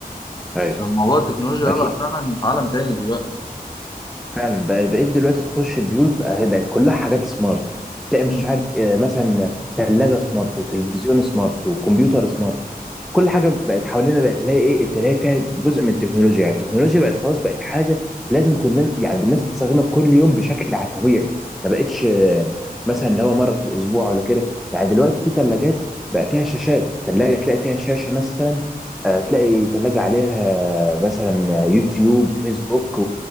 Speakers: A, in the centre; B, on the left.
A: ايوه
B: فموضوع التكنولوجيا
A: اكيد
B: ده بقى فعلا في عالم تاني دلوقتي
A: فعلا بقى- بقيت دلوقتي تخش البيوت بقى هي بقت كلها حاجات سمارت تلاقي
B: مم.
A: مش عارف آه، مثلا ثلاجة سمارت وتلفزيون سمارت وكمبيوتر سمارت كل حاجة بقت حوالينا بقت تلاقي ايه تلاقي فيها جزء من التكنولوجيا يعني التكنولوجيا بقت خلاص بقت حاجة لازم كلنا يعني الناس بتستخدمها كل يوم بشكل ع- طبيعي ما بقتش آه، مثلا اللي هو مرة في الأسبوع ولا كده يعني دلوقتي في ثلاجات بقى فيها شاشات ثلاجة تلاقي فيها شاشة مثلا آه، تلاقي ثلاجة عليها آه، مثلا آه، يوتيوب وفيسبوك